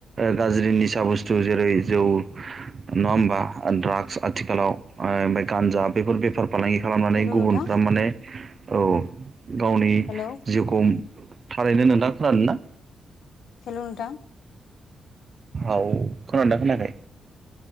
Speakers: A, on the right; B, on the left.
A: गाज्रि निसा बुस्थु जेरै जौ नङा होमबा ड्राग्स आथिखालाव। ओ ओमफाय गान्जा बेफोर बेफार फालांगि खालामनानै
B: हेल'
A: गुबुनफ्रा
B: नोंथां
A: माने औ गावनि
B: हेल'
A: जिउखौ थारैनो नोंथाङा खोनादों ना?
B: हेल' नोंथां?
A: औ खोनादोना खोनाखै?